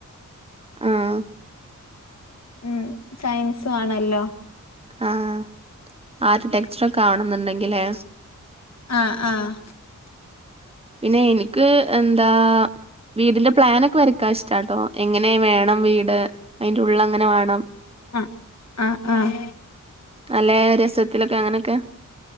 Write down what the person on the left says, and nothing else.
ഉം സയൻസ് വേണല്ലോ?
ആഹ് ആഹ്
ആഹ് ആഹ് ആഹ്.